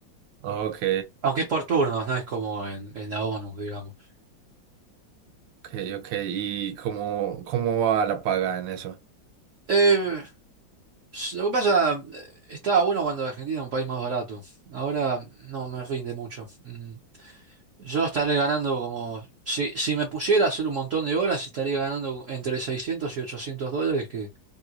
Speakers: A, on the right; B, on the right.
A: Ok,
B: aunque es por turnos, no es como en, en la ONU, digamos.
A: ok, ok. ¿Y cómo, cómo va la paga en eso?
B: Eh, s- lo que pasa, eh, estaba bueno cuando Argentina era un país más barato, ahora no me rinde mucho. Mm. Yo estaré ganando como, si, si me pusiera a hacer un montón de horas, estaría ganando entre 600 y 800 dólares, que,